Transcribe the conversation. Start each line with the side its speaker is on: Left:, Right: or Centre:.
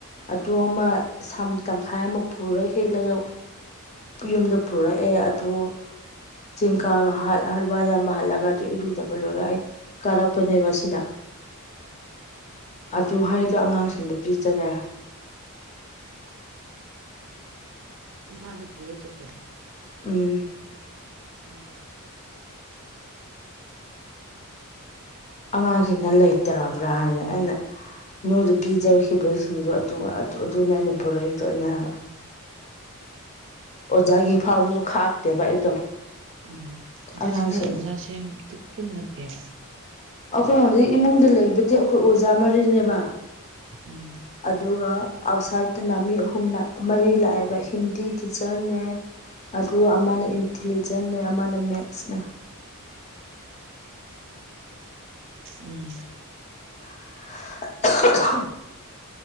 Left: ꯑꯗꯨ ꯑꯃ ꯁꯝ ꯇꯪꯈꯥꯏ ꯑꯃ ꯄꯨꯔꯒ ꯍꯦꯛꯂꯒ ꯌꯨꯝꯗ ꯄꯨꯔꯛꯑꯦ ꯑꯗꯨ ꯆꯤꯡꯀ ꯍꯜ ꯍꯜꯋꯥꯏ ꯌꯥꯝꯝꯕ ꯍꯜꯂꯒ ꯑꯗꯨ ꯏꯔꯖ ꯂꯣꯏ ꯑꯩ ꯀꯥꯔꯛꯄꯅꯦꯕ ꯁꯤꯗ ꯑꯗꯨ ꯍꯥꯏ ꯑꯗꯣ ꯑꯉꯥꯡꯁꯤꯡꯗ ꯄꯤꯖꯔꯔꯦ
Right: ꯐꯗ ꯄꯨꯔꯣꯁꯦ ꯀ
Left: ꯎꯝ
Right: ꯎꯝ
Left: ꯑꯉꯥꯡꯁꯤꯡꯅ ꯂꯩꯇꯔꯕ꯭ꯔꯥ ꯍꯥꯏꯅ ꯑꯩꯅ ꯅꯣꯏꯗ ꯄꯤꯖꯈꯤꯕꯁꯤꯡꯗꯣ ꯑꯗꯨꯅꯦ ꯑꯩꯅ ꯄꯨꯔꯛꯏꯗꯣ ꯑꯩꯅ ꯍꯥꯏꯕ ꯑꯣꯖꯥꯒꯤ ꯐꯥꯎꯕꯁꯨ ꯈꯥꯛꯇꯦꯕ ꯑꯩꯗꯣ
Right: ꯎꯝ ꯑꯗꯨꯗꯤꯅꯣ
Left: ꯑꯉꯥꯡꯁꯤꯡ
Right: ꯑꯣꯖꯥꯁꯦ ꯄꯨꯟꯅ ꯀꯌꯥ
Left: ꯑꯩꯈꯣꯏꯅ ꯍꯧꯖꯤꯛ ꯏꯃꯨꯡꯗ ꯂꯩꯕꯗꯤ ꯑꯩꯈꯣꯏ ꯑꯣꯖꯥ ꯃꯔꯤꯅꯦꯕ
Right: ꯎꯝ
Left: ꯑꯗꯨꯒ ꯑꯥꯎꯠꯁꯥꯏꯠꯇꯅ ꯃꯤ ꯑꯍꯨꯝ ꯃꯔꯤ ꯂꯥꯛꯑꯦꯕ ꯍꯤꯟꯗꯤ ꯇꯤꯆꯔꯅꯦ ꯑꯗꯨꯒ ꯑꯃꯅ ꯏꯟꯇꯤꯂꯤꯖꯦꯟꯅꯦ ꯑꯃꯅ ꯃꯦꯠꯁꯅꯦ
Right: ꯎꯝ
Left: <inaudible>